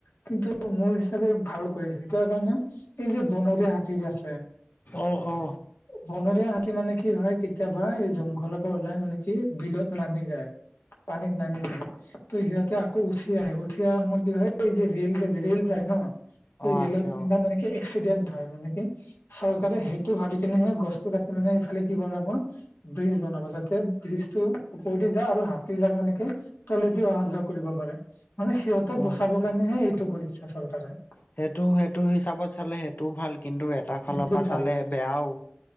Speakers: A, on the left (about 65°); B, on the left (about 45°).
A: কিন্তু মোৰ হিচাপে ভাল কৰি কিহৰ কাৰণে এই যে বনৰীয়া হাতী যে আছে
B: অ অ
A: বনৰীয়া হাতী মানে কি হয় কেতিয়াবা এই জংঘলৰ পৰা ওলাই মানে কি বিলত নামি যায় পানীত নামিলো ত সিহঁতে আকৌ উঠি আহে উঠি অহাৰ সময়ত কি হয় এই যে ৰেল গ ৰেল যায় ন
B: অ
A: এই ৰেলৰ
B: আছে
A: খুন্দা
B: অ
A: মানে কি এক্সিডেণ্ট হয় মানে কি চৰকাৰে সেইটো ভাবি কেনে হে গছটো কাটি মানে সিফালে কি বনাব ব্ৰিজ বনাব যাতে ব্ৰিজটো ওপৰেদি যা আৰু হাতী যাক মানে কি তলেদি অহা যোৱা কৰিব পাৰে মানে সিহঁতক
B: অ
A: বচাব কাৰণেহে এইটো কৰিছে চৰকাৰে
B: সেটো সেইটো হিচাপত চালে সেইটোও ভাল কিন্তু তা ফালৰ
A: এইটো
B: পৰা
A: ভাল
B: চালে বেয়াও